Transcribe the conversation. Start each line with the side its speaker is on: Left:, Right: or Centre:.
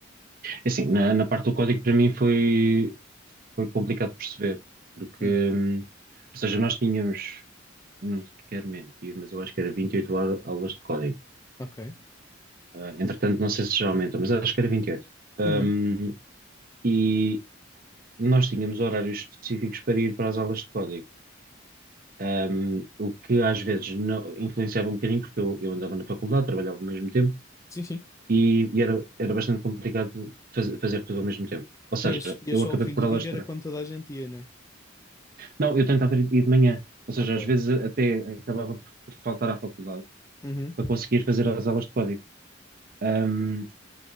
Right: É Assim, na, na parte do código para mim foi, foi complicado de perceber, porque,
Left: Hum,
Right: hum, ou seja, nós tínhamos, não quero mentir, mas eu acho que era 28 au- aulas de código.
Left: ok.
Right: Ah, entretanto, não sei se já aumentou, mas acho que era 28. Hum,
Left: Uhum.
Right: e, nós tínhamos horários específicos para ir para as aulas de código. Um, o que às vezes não- influenciava um bocadinho, porque eu, eu andava na faculdade, trabalhava ao mesmo tempo
Left: Sim, sim.
Right: e, e era, era bastante complicado faz- fazer tudo ao mesmo tempo. Ou seja,
Left: Ias, ias
Right: eu
Left: só
Right: acabei
Left: ao fim
Right: por
Left: do
Right: alastrar.
Left: dia, era quando toda a gente ia, né?
Right: Não, eu tentava ir, ir de manhã, ou seja,
Left: Ok.
Right: às vezes até acabava por, por faltar à faculdade
Left: Uhum,
Right: para conseguir fazer as aulas de código. Um,